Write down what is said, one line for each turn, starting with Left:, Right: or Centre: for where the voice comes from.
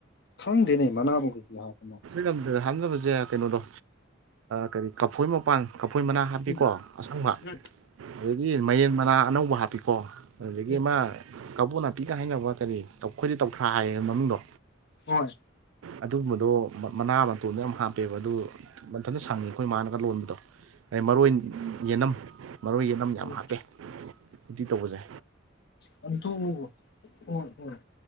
Left: ꯈꯪꯗꯦꯅꯦ ꯃꯅꯥꯅꯕꯒꯩꯁꯤꯦ ꯌꯥ ꯀꯩꯅꯣ
Right: ꯂꯝꯗꯗ ꯍꯥꯞꯅꯕꯁꯦ ꯀꯩꯅꯣꯗꯣ ꯀꯔꯤ ꯀꯐꯣꯏ ꯃꯄꯥꯟ ꯀꯐꯣꯏ ꯃꯅꯥ ꯍꯥꯞꯄꯤꯀꯣ
Left: ꯎꯝ
Right: ꯑꯁꯪꯕ
Left: ꯎꯝ
Right: ꯑꯗꯒꯤ ꯃꯌꯦꯟ ꯃꯅꯥ ꯑꯅꯧꯕ ꯍꯥꯞꯄꯤꯀꯣ ꯑꯗꯨꯗꯒꯤ
Left: ꯎꯝ
Right: ꯑꯃ ꯀꯥꯕꯣ ꯅꯥꯄꯤꯛꯒ ꯍꯥꯏꯅꯕ ꯀꯔꯤꯈꯣꯏꯗꯤ ꯇꯧꯊ꯭ꯔꯥ ꯍꯥꯏꯌꯦ ꯃꯅꯨꯡꯗꯣ
Left: ꯍꯣꯏ
Right: ꯑꯗꯨꯒꯨꯝꯕꯗꯣ ꯃꯅꯥ ꯃꯇꯣꯟꯗꯣ ꯌꯥꯝ ꯍꯥꯞꯄꯦꯕ ꯑꯗꯨ ꯃꯟꯊꯟꯇ ꯁꯪꯉꯤ ꯑꯩꯈꯣꯏ ꯃꯥꯅꯒ ꯂꯣꯟꯕꯗꯣ ꯑꯩꯩ ꯃꯔꯣꯏ ꯌꯦꯅꯝ ꯃꯔꯣꯏ ꯌꯦꯅꯝ ꯌꯥꯝ
Left: ꯎꯝ
Right: ꯍꯥꯞꯄꯦ ꯎꯇꯤ ꯇꯧꯕꯁꯦ
Left: ꯎꯝ ꯑꯗꯨ ꯍꯣꯏ ꯍꯣꯏ